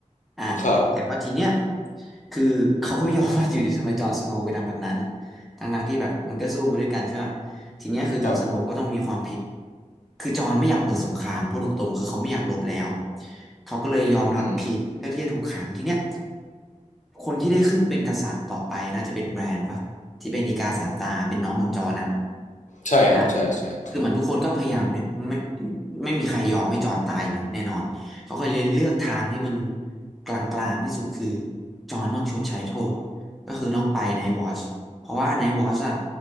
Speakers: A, in the centre; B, on the left.
A: อ่ะแต่ว่าทีเนี้ย
B: ครับ
A: คือเขาก็ไม่ยอม <laughs> ว่าอยู่ดีทำไมจอห์นสโนว์ไปทำแบบนั้นทั้งๆที่แบบมันก็สู้มาด้วยกันใช่ไหมทีเนี้ยคือจอห์นสโนว์ก็ต้องมีความผิด
B: ครับ
A: คือจอห์นไม่อยากเปิดสงครามพูดตรงๆคือเขาไม่อยากรบแล้วเขาก็เลยยอมรับผิดเพื่อที่จะถูกขังทีเนี้ย
B: อืม
A: คนที่ได้ขึ้นเป็นกษัตริย์ต่อไปน่าจะเป็นแบรนด์วะที่เป็นอีกาสามตาเป็นน้องของจอห์นอะ
B: ใช่ครับใช่ใช่ใช่
A: อ่ะ คือเหมือนทุกคนก็พยายามไม่ไม่ไม่มีใครยอมให้จอนตายอยู่แล้วแน่นอนเขาก็เลยเลือกทางที่มันกลางๆที่สุดคือจอนต้องชดใช้โทษก็คือต้องไปในวอชเพราะว่าในวอชอ่ะ